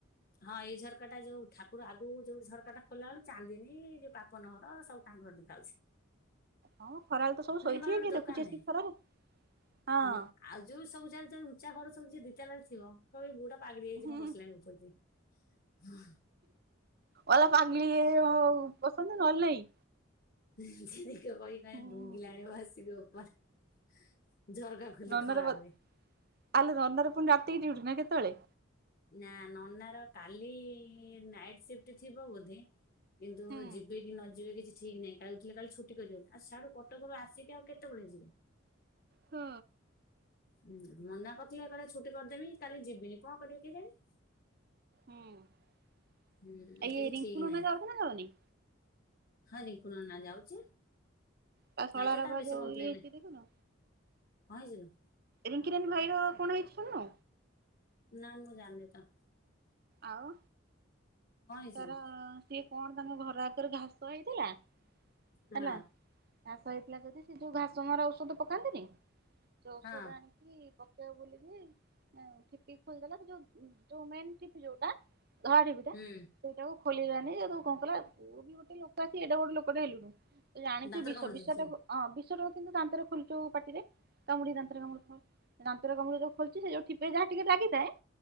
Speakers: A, on the left; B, on the right.
A: ହଁ ଏଇ ଝରକା ଟା ଯୋଉ ଠାକୁର ଆଗୁକୁ ଯୋଉ ଝରକା ଟା ଖୋଲା ଆଳୁ ଚାନ୍ଦିନୀ ଯୋଉ ପାପନ ଘର ସବୁ ତାଙ୍କ ଘର ଦେଖାହୋଉଛି।
B: ହଁ ଖରା ବେଳେ ତ ସବୁ ଶୋଇଥିବେ
A: ପାଖରେ ଗୋଟେ
B: କିଏ
A: ଦୋକାନ
B: ଦେଖୁଛି ଆସିକି
A: ନାହିଁ।
B: ଖରାରେ ହଁ।
A: ଉଁ ଆଉ ଯୋଉ ସବୁ ଯାହାର ଯାହାର ଉଁଞ୍ଚା ଘର ସବୁ ଯିଏ ଦିତାଲାରେ ଥିବ କହିବେ ଏଇ ବୋହୂଟା ପାଗେଳି ଯାଇଛି
B: ହୁଁ
A: କଁ ବସିଲାଣି ଉପରେ ଯାଇଁ। <unintelligible>
B: ମଲା ପାଗିଳି <unintelligible> ବସନ୍ତି ନହଲ ନାଇଁ।
A: ଯିଏ ଦେଖିବ <unintelligible>
B: ହୁଁ
A: ଢୁଙ୍ଗିଲାଣି ମ ଆସିକି ଓପରେ। ଝରକା ଖୋଲି
B: ନନାର
A: ଖରା ବେଳେ।
B: ଆଲୋ ନନାର ପୁଣି ରାତିକି ଡ୍ୟୁଟି ନା କେତୋବୋଳେ।
A: ନା ନନାର କାଲି ନାଇଟ୍ ସିଫ୍ଟ ଥିବ ବୋଧେ କିନ୍ତୁ
B: ହୁଁ
A: ଯିବେ କି ନ ଯିବେ କିଛି ଠିକ ନାଇଁ <unintelligible> କାଲି ଛୁଟି କରିବାକୁ ଆଉ ସ୍ୟାଡୁ କଟକରୁ ଆସିକି ଆଉ କେତୋବୋଳେ ଯିବେ।
B: ହୁଁ।
A: ହୁଁ ମନା କରିଥିଲେ କହିଲେ ଛୁଟି କରିଦେବି କାଲି ଯିବିନି କଁ କରିବେ କେଜାଣି।
B: ହୁଁ ଆ
A: ହୁଁ
B: ଏଇ
A: କିଛି
B: ରିଙ୍କୁ
A: ଠିକ
B: ନନା
A: ନାହିଁ
B: ଯାଉଚି ନା ଯାଉନି।
A: ହଁ ରିଙ୍କୁ ନନା ଯାଉଛି।
B: ତା ଶଳାର
A: ଯାଉଚି ଯେ ତାର
B: ବା
A: ବେଶୀ
B: ଯୋଉ
A: କମ୍ପ୍ଲେନ
B: ଇଏ ହେଇଛି
A: ନାହିଁ
B: ଦେଖୁନୁ?
A: କଁ ହେଇଛି ଲୋ।
B: ରିଙ୍କିରାନୀ ଭାଇ ର କଣ ହେଇଛି ଶୁଣୁ।
A: ନା ମୁଁ ଜାଣିନି ତ।
B: ଆଉ
A: କଣ ହେଇଛି
B: ତାର
A: କି?
B: ସିଏ କଣ ତାଙ୍କ ଘର ଆଗରେ ଘାସ ହେଇଥିଲା
A: ହଁ
B: ହେଲା ଘାସ ହେଇଥିଲା ଯଦି ସେ ଯୋଉ ଘାସ ମରା ଔଷଧ ପକାନ୍ତିନି, ଯୋଉ ଔଷଧ
A: ହଁ
B: ଆଣି କି ପକେଇବ ବୋଲିକି ତା ଠିପି ଖୋଲିଦେଲା ଯୋଉ ଯୋଉ ମେନ୍ ଠିପି ଯୋଉଟା ଧଳା ଠିପି ଟା
A: ହୁଁ
B: ସେଇଟା କୁ ଖୋଲିଲାନି ସେଉଠୁ କଣ କଲା <inaudible> ବି ଗୋଟେ ଲୋକ ସିଏ ଯୋଉ ଗୋଟେ ଲୋକଟେ ହେଲୁଣି ତ ଜାଣିଚୁ
A: ଦାନ୍ତରେ
B: ବିଷ
A: କାମୁଡି
B: ବିଷ
A: ଦେଇଛି
B: ଟା କୁ ହଁ ବିଷ ଟାକୁ କିନ୍ତୁ ଦାନ୍ତରେ ଖୋଲଚୁ ପାଟିରେ କାମୁଡି ଦାନ୍ତରେ କାମୁଡି <inaudible> ସେ ଦାନ୍ତର କାମରେ ଯୋଉ ଖୋଲିଚି ସେ ଯୋଉ ଠିପିରେ ଯାହା ଟିକେ ରାାଗିଥାଏ